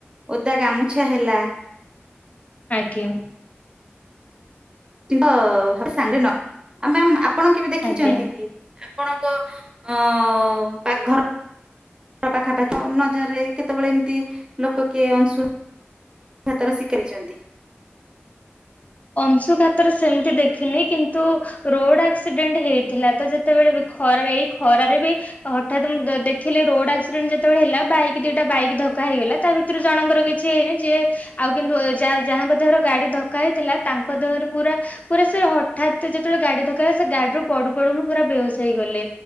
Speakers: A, on the right (about 20°); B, on the left (about 35°).
A: ଓଦା ଗାମୁଛା ହେଲା।
B: ଆଜ୍ଞା।
A: କି ତ ସାଙ୍ଗରେ ନ ଆଉ ମ୍ୟାାମ ଆପଣ କେବେ ଦେଖିଛନ୍ତି
B: ଆଜ୍ଞା।
A: କି? ଆପଣଙ୍କ ଅ ପା ଘର ପାଖା ପାାଖି ନଜରରେ କେତେବେଳେ ଏମିତି ଲୋକ କିଏ ଅଂଶୁ ଭାତ ର ଶିିକରିଛନ୍ତି।
B: ଅଂଶୁଘାତରେ ସେମିତି ଦେଖିନି କିନ୍ତୁ ରୋଡ ଆକ୍ସିଡେଣ୍ଟ ହେଇଥିଲା ତ ଯେତେବେଳେ ବି ଖରାରେ ଏଇ ଖରାରେ ବି ହଠାତ୍ ମୁଁ ଦ-ଦେଖିଲି ରୋଡ ଆକ୍ସିଡେଣ୍ଟ ଯେତେବେଳେ ହେଲା ବାଇକ୍ ଦିଟା ବାଇକ୍ ଧକ୍କା ହେଇଗଲା ତା ଭି ତରେ ଜଣଙ୍କର କିଛି ହେଇନି ଯିଏ ଆଉ କିନ୍ତୁ ଯା-ଯାହାଙ୍କ ଦେହର ଗାଡି ଧକ୍କା ହେଇଥିଲା। ତାଙ୍କ ଦେହରେ ପୁରା ପୁରା ସେ ହଠାତ ଯେତେବେଳେ ଗାଡି ଧକା ହେଲା ସେ ଗାଡିରୁୁ ପଡୁ ପଡୁ ହିଁ ପୁରା ବେହୋସ ହେଇଗଲେ।